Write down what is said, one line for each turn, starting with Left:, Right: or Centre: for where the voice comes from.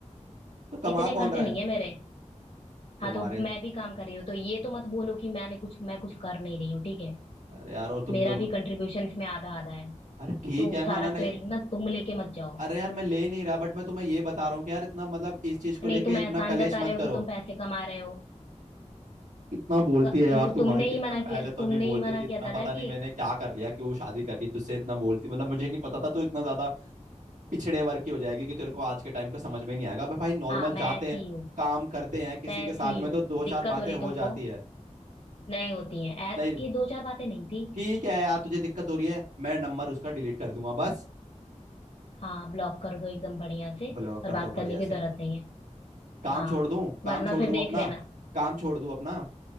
Right: तो कमा
Left: इतने
Right: कौन
Left: खर्चे
Right: रहा
Left: नहीं
Right: है
Left: है मेरे
Right: तुम्हारे
Left: हाँ तो मैं भी काम कर रही हूँ तो ये तो मत बोलो कि मैंने कुछ मैं कुछ कर नहीं रही हूँ ठीक है
Right: अरे यार और तुम
Left: मेरा
Right: जो
Left: भी कंट्रीब्यूशन इसमें आधा आधा है
Right: अरे ठीक
Left: तो
Right: है
Left: सारा
Right: माना नहीं
Left: क्रेडिट ना तुम लेके मत जाओ
Right: अरे यार मैं ले नहीं रहा बट मैं तुम्हें ये बता रहा हूँ कि यार इतना मतलब इस चीज को
Left: नहीं
Right: लेके
Left: तुम
Right: इतना
Left: एहसान
Right: कलेश
Left: जता
Right: मत
Left: रहे हो
Right: करो
Left: कि तुम पैसे कमा रहे हो
Right: इतना बोलती
Left: क-
Right: है यार
Left: वो
Right: तू
Left: तुमने
Right: भाई कितना
Left: ही मना
Right: पहले
Left: किया
Right: तो
Left: तुमने
Right: नहीं बोलती
Left: ही मना
Right: थी
Left: किया
Right: इतना पता
Left: था ना
Right: नहीं
Left: कि
Right: मैंने क्या कर लिया कि वो शादी कर ली तुझसे इतना बोलती मतलब मुझे नहीं पता था तू इतना ज्यादा पिछड़े वर्ग की हो जाएगी कि तेरे को आज के टाइम का समझ में नहीं आएगा भाई भाई नॉर्मल
Left: हाँ मैं
Right: जाते
Left: ऐसी
Right: हैं
Left: ही हूँ
Right: काम करते हैं किसी
Left: मैं
Right: के
Left: ऐसी
Right: साथ
Left: ही
Right: में
Left: हूँ
Right: तो दो
Left: दिक्कत
Right: चार बातें
Left: हो रही
Right: हो
Left: तुमको
Right: जाती है
Left: नहीं होती है ऐ-
Right: नहीं
Left: ये दो चार बातें नहीं थी
Right: ठीक है यार तुझे दिक्कत हो रही है मैं नंबर उसका डिलीट कर दूंगा बस
Left: हाँ ब्लॉक कर दो एकदम बढ़िया से
Right: ब्लॉक
Left: और
Right: कर
Left: बात
Right: दो
Left: करने
Right: बढ़िया
Left: की जरूरत
Right: से
Left: नहीं है
Right: काम
Left: हाँ
Right: छोड़ दूं काम
Left: वरना
Right: छोड़
Left: फिर
Right: दूं
Left: देख
Right: अपना
Left: लेना
Right: काम छोड़ दूं अपना